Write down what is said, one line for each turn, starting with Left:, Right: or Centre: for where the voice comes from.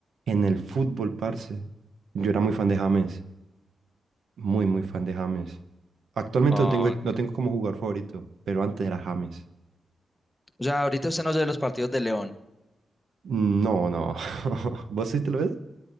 Right: En el fútbol, parce, yo era muy fan de James. Muy, muy fan de James. Actualmente
Left: Oh,
Right: no tengo,
Left: ok.
Right: no tengo como jugador favorito, pero antes era James.
Left: O sea, ahorita usted no ve los partidos de León.
Right: Mm, No, no. <laughs> ¿Vos sí te lo ves?